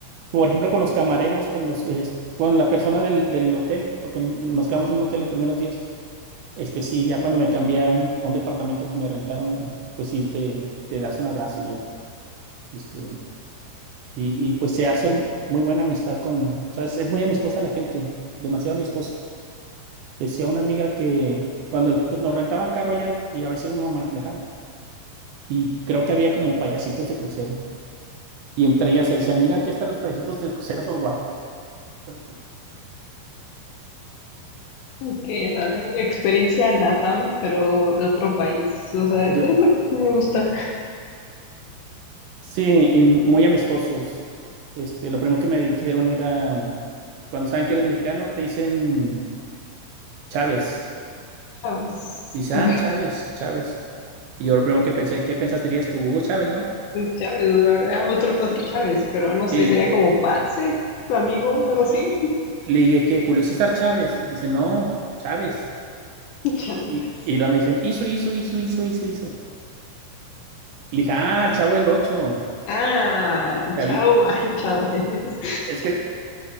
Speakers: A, on the right; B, on the left.
A: por ejemplo, con los camareros, con los, eh, con la persona del, del hotel, porque nos quedamos en un hotel los primeros días. Este sí, ya cuando me cambié a un, a un departamento que me rentaron, este, pues sí, te, te das un abrazo y ya. Este, y, y pues se hace mu- muy buena amistad con, ¿sabes? Es es muy amistosa la gente, demasiado amistosa. Decía una amiga que cuando pues, nos rentaban carro ya y y a veces íbamos manejando, y creo que había como payasitos de crucero. Y entre ellas se decía, mira, aquí están los payasitos de crucero son guapos. Pues, sí,
B: ok, o sea, experiencia LATAM, pero de otro país, o sea, es
A: sí.
B: lo que me gusta.
A: Sí, y muy amistosos. Este, lo primero que me dijeron era, cuando saben que eres mexicano, te dicen Chávez.
B: Chávez,
A: Dice,
B: <laughs>
A: ah, Chávez, Chávez. Y yo lo primero que pensé, ¿qué pensaste dirías tú, Hugo Chávez, no?
B: Chávez, ah, otro, otro Chávez, pero no sé,
A: Sí,
B: sería como parce, amigo, algo así.
A: le dije, ¿qué? Julio César Chávez. Dice, no, Chávez.
B: <laughs> Chávez.
A: Y, y luego me dicen, hizo, hizo, hizo, hizo, hizo, hizo. Le dije, ah, el Chavo del Ocho,
B: Ah,
A: Chavito.
B: chao, <laughs> Chávez.
A: Es que, el-